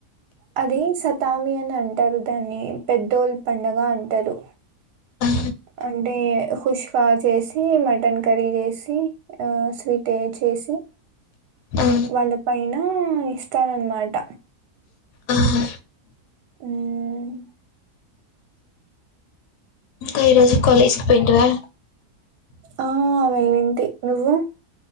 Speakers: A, on the right (about 80°); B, on the left (about 80°).
A: అది సతామి అని అంటారు దాన్ని పెద్దోల్ పండుగ అంటారు
B: ఆ
A: అంటే కుష్కా చేసి మటన్ కర్రీ చేసి ఆ స్వీట్ చేసి
B: ఆ
A: వాళ్ళ పైన ఇస్తారన్మాట
B: ఆహా
A: హ్మ్మ్
B: అక్క ఈరోజు కాలేజీకి పోయింటివా
A: ఆ పోయింటి నువ్వు